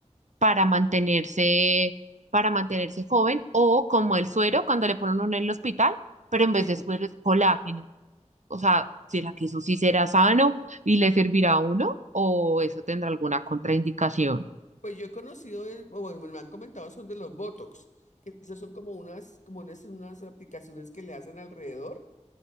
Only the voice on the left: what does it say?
Sí,
pues yo he conocido, es- o bueno, me lo han comentado, son de los Botox, que esos son como unas, como unas, unas aplicaciones que le hacen alrededor